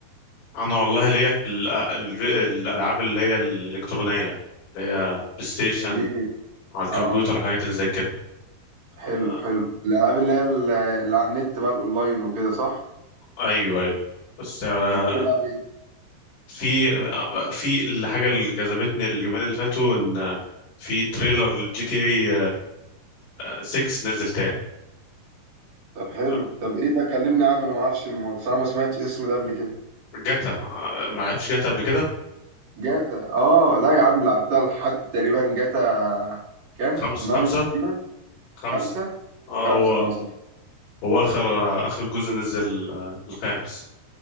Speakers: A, on the left; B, on the right.
A: انا والله ليا في ال- ال- الالعاب اللي هي الالكترونيه اللي هي بلاي ستيشن
B: جميل
A: على الكمبيوتر
B: أه
A: والحاجات اللي زي كده
B: حلو
A: آه،
B: حلو الألعاب اللي هي ال- اللي على النت بقى الأونلاين وكده صح؟
A: ايوه ايوه بس آه،
B: طب بتلعب إيه؟
A: في آه، في الحاجه اللي جذبتني اليومين اللي فاتوا ان آه، في تريلر الجي تي اي 6 نزل تاني
B: طب حلو
A: آه،
B: طب إيه ده كلمني عنه أنا ما أعرفش م- بصراحة ما سمعتش اسم ده قبل كده
A: جاتا آه، ما لعبتش جاتا قبل كده
B: جاتا أه لا يا عم لعبتها لحد تقريبا جاتا كام؟
A: خمس
B: 9
A: خمسة
B: تقريبا
A: خمسة
B: خمسة
A: آه،
B: خمسة
A: هو
B: أه صح
A: هو اخر آه، اخر جزء نزل آه، الخامس